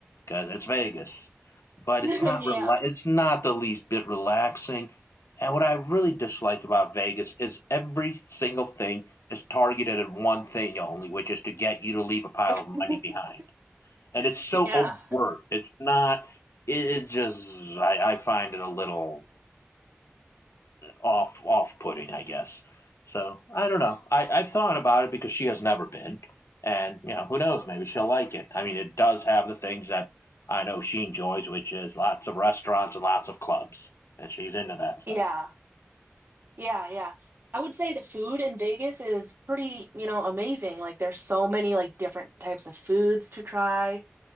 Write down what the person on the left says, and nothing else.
because it's Vegas. But
it's not
rela- It's not the least bit relaxing. And what I really dislike about Vegas is every single thing is targeted at one thing only, which is to get you to leave a pile
of money behind. And it's so
overt. It's not. It, it just. I, I find it a little off off putting, I guess. So I don't know. I, I've thought about it because she has never been, and you know who knows? Maybe she'll like it. I mean, it does have the things that I know she enjoys, which is lots of restaurants and lots of clubs, and she's into that stuff.